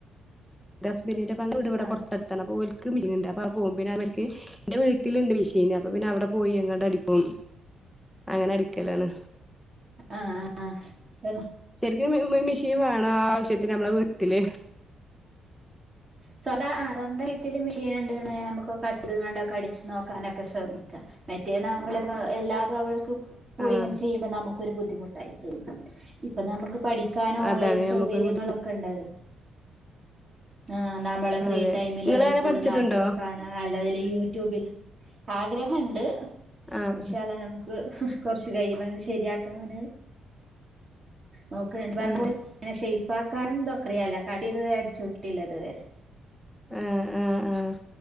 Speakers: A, in the centre; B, on the right.
A: <unintelligible> <unintelligible> വെട
B: ആഹ്
A: കൊർച്ചട്‌ത്താനപോൽ മിഷീൻണ്ട്അപ്പൊപോകപിന്നെഅവർക്ക്എന്റെവീട്ടിലുണ്ട്മിഷീന്അപ്പൊ പിന്നെ അവിടെ പോയി അങ്ങട്ട് അടിക്കും അങ്ങനെ അടിക്കലാണ്
B: ആഹ് ആഹ് സ്വന്തം
A: ശെരിക്കും മി മിഷീൻ വാണം ആവശ്യത്തിന് നമ്മളെ വീട്ടി പിന്നെ
B: സ്വതാ ആഹ് സ്വന്തംവീട്ടില് മെഷീൻണ്ട്ന്ന് നമുക്കൊക്കെ അട്ട്ത് കാണ്ടക്കെ അടിച്ചു നോക്കാനൊക്കെ ശ്രമിക്ക മറ്റേ നമ്മള് എല്ലാതും അവൾക്കും പോയി
A: ആഹ്
B: ഇങ്ങനെ ചെയ്യുമ്പോ നമുക്കൊ രു ബുദ്ധിമുട്ടായി ഇപ്പൊ നമക്ക് പഠിക്ക ക്കാനും ഓൺലൈൻ
A: അതാണ് നമുക്കൊരു
B: സൗകര്യങ്ങളൊക്കെ
A: ബുദ്ധി
B: ഇണ്ടല്ലോ ആ് നമ്മളെ ഫ്രീ
A: അതെ
B: ടൈമില്
A: നിങ്ങളങ്ങനെ
B: റിക്കോർഡ്
A: പഠിച്ചിട്ടുണ്ടോ
B: ക്ലാസ്സൊക്കെ കാണാ അല്ലെയ്ല് യൂട്യൂബിൽ ആഗ്രഹണ്ട്
A: ആഹ്
B: ഇൻഷാഅള്ളാഹ് നമുക്ക് കൊറച്ച് കൈയുമ്പ <unintelligible> ശരിയാക്കാന് നോക്കണ പറഞ്ഞലങ്ങെ
A: ആഹ്
B: <unintelligible> പപ്പാക്കാൻന്തൊക്കയല്ല കടി ഇത് വേടിച്ചോക്കി കിട്ടില്ല ഇത് വരെ
A: ആഹ് ആഹ് ആഹ്